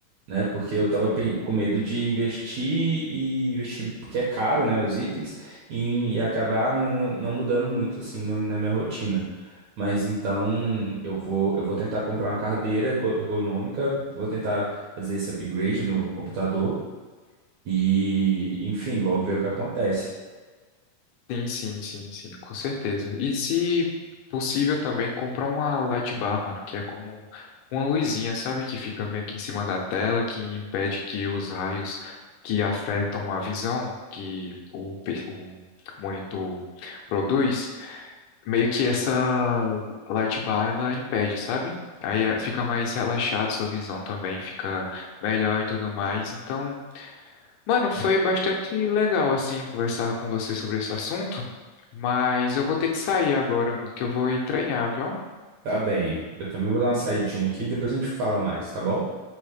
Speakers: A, on the right; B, on the left.
A: né? Porque eu estava com medo de investir e investir, porque é caro, né, os itens, e, e acabar não, não não mudando muito, assim, no- na minha rotina. Mas então eu vou, eu vou tentar comprar uma cadeira eco- ergonômica, vou tentar fazer esse upgrade no computador e, enfim, vou ver o que acontece.
B: Sim, sim, sim, sim, com certeza. E se possível também comprar uma light bar, mano, que é como uma luzinha, sabe, que fica meio que em cima da tela, que impede que os raios que afetam a visão que o, pe- o monitor produz, meio que essa light bar ela impede, sabe? Aí eh, fica mais relaxado sua visão também, fica melhor e tudo mais. Então Mano, foi bastante legal, assim, conversar com você sobre esse assunto, mas eu vou ter que sair agora, mano, que eu vou ir treinar, viu?
A: Tá bem. Eu também vou dar uma saidinha aqui e depois a gente fala mais, tá bom?